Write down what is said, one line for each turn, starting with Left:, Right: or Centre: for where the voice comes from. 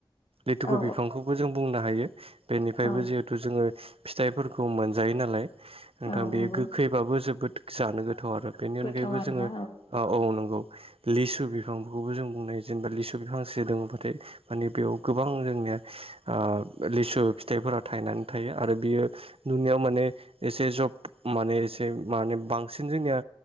Right: लिटुरु
Left: औ
Right: बिफांखौबो जों बुंनो हायो। बेनिफायबो
Left: औ
Right: जिहेथु जोङो फिथाइफोरखौ मोनजायो नालाय नोंथां
Left: औ
Right: बेयो
Left: नंगौ
Right: गोखैबाबो जोबोद जानो गोथाव आरो बेनि
Left: गोथाव
Right: अनगायैबो
Left: आरोना
Right: जोङो औ औ नोंगौ लिसु बिफांखौबो जों बुंनो हायो जेनेबा लिसु बिफां फांसे दङब्लाथाय माने बेयाव गोबां जोंनिया ओ लिसु फिथाइफोरा थायनानै थायो आरो बियो नुनायाव माने एसे जब माने एसे माने बांसिन जोंनिया